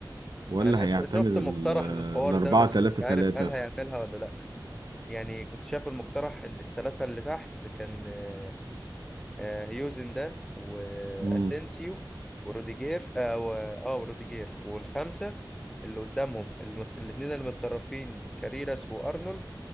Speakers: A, on the right (about 60°); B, in the centre.
A: ولا
B: انا
A: هيعتمد
B: ش- شفت
A: ال-
B: مقترح
A: آه،
B: للحوار
A: الاربعه
B: ده بس
A: ثلاثه
B: مش عارف
A: ثلاثه
B: هل هيعملها ولا لا يعني كنت شايف المقترح ال- التلاتة اللي تحت كان آه، آه، هيوزن ده واسينسيو
A: امم
B: وروديجير اه و- آه، وروديجير والخمسة اللي قدامهم المت... الاتنين اللي متطرفين كاريراس وارنولد